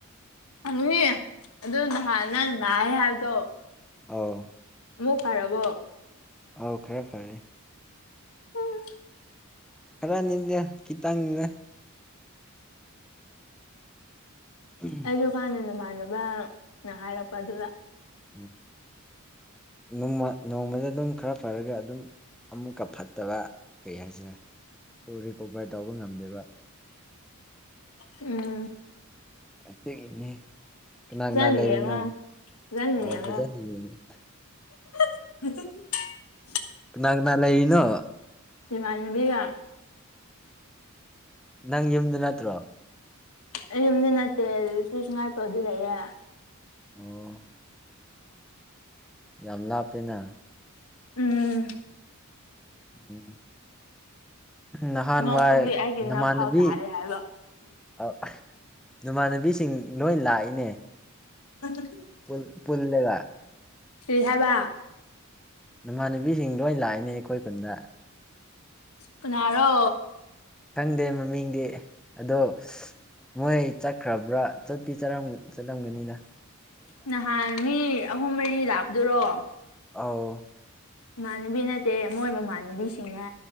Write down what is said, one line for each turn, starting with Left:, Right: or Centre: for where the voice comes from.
Left: ꯐꯪꯅꯤꯗ ꯑꯗꯨ ꯅꯍꯥꯟ ꯅꯪ ꯅꯥꯏ ꯍꯥꯏꯕꯗꯣ
Centre: ꯑꯥꯎ
Left: ꯂꯣꯛ ꯐꯔꯕꯣ
Centre: ꯑꯧ ꯈꯔ ꯐꯔꯦ
Left: ꯎꯝ
Centre: ꯈꯔꯅꯤꯗ ꯈꯤꯇꯡꯅꯤꯗ ꯎꯝ
Left: ꯑꯩꯁꯨ ꯈꯪꯗꯦ ꯅꯃꯥꯟꯅꯕꯅ ꯍꯥꯏꯔꯛꯄ ꯑꯗꯨꯗ
Centre: ꯎꯝ ꯅꯣꯡꯃ ꯅꯣꯡꯃꯗ ꯑꯗꯨꯝ ꯈꯔ ꯐꯔꯒ ꯑꯗꯨꯝ ꯑꯃꯨꯛꯀ ꯐꯠꯇꯕ ꯀꯩ ꯍꯥꯏꯁꯤꯔ ꯐꯨꯜ ꯔꯤꯀꯣꯕꯔ ꯇꯧꯕ ꯉꯝꯗꯦꯕ
Left: ꯎꯝ
Centre: ꯑꯇꯩꯒꯤꯅꯦ ꯀꯅꯥ
Left: ꯐꯖꯅ
Centre: ꯀꯅꯥ ꯂꯩꯔꯤꯅꯣ
Left: ꯌꯦꯡꯉꯣ ꯐꯖꯅ
Centre: ꯑꯥ
Left: ꯌꯦꯡꯉꯣ
Centre: ꯐꯖꯅ ꯌꯦꯡꯉꯦ
Left: <unintelligible>
Centre: ꯀꯅꯥ ꯀꯅꯥ ꯂꯩꯔꯤꯅꯣ
Left: ꯏꯃꯥꯟꯅꯕꯤꯒ
Centre: ꯅꯪ ꯌꯨꯝꯗ ꯅꯠꯇ꯭ꯔꯣ
Left: ꯑꯩ ꯌꯨꯝꯗ ꯅꯠꯇꯦ ꯁꯤ ꯁꯉꯥꯏꯄ꯭ꯔꯧꯗ ꯂꯩꯌꯦ
Centre: ꯑꯣ ꯌꯥꯝ ꯂꯥꯞꯄꯦꯅ
Left: ꯎꯝ
Centre: ꯎꯝ ꯅꯍꯥꯟꯋꯥꯏ
Left: ꯅꯣꯛꯄꯒꯤ ꯑꯩꯒꯤ
Centre: ꯅꯃꯥꯟꯅꯕꯤ
Left: ꯅꯐꯥꯎ ꯇꯥꯔꯦ ꯍꯥꯏꯕ
Centre: ꯑꯥ ꯅꯃꯥꯟꯅꯕꯤꯁꯤꯡ ꯂꯣꯏ ꯂꯥꯛꯏꯅꯦ
Left: <unintelligible>
Centre: ꯄꯨꯜ ꯄꯨꯜꯂꯒ
Left: ꯀꯩ ꯍꯥꯏꯕ
Centre: ꯅꯃꯥꯟꯅꯕꯤꯁꯤꯡ ꯂꯣꯏ ꯂꯥꯛꯏꯅꯦ ꯑꯩꯈꯣꯏ ꯈꯨꯟꯗ
Left: ꯀꯅꯔꯣ
Centre: ꯈꯪꯗꯦ ꯃꯃꯤꯡꯗꯤ ꯑꯗꯣ ꯃꯣꯏ ꯆꯠꯈ꯭ꯔꯕ꯭ꯔꯥ ꯆꯠꯇꯤ ꯆꯠꯂꯝꯒꯅꯤꯗ
Left: ꯅꯍꯥꯟ ꯃꯤ ꯑꯍꯨꯝ ꯃꯔꯤ ꯂꯛꯄꯗꯨꯔꯣ
Centre: ꯑꯧ
Left: ꯏꯃꯥꯟꯅꯕꯤ ꯅꯠꯇꯦ ꯃꯣꯏ ꯃꯃꯥꯟꯅꯕꯤꯁꯤꯡꯅꯦ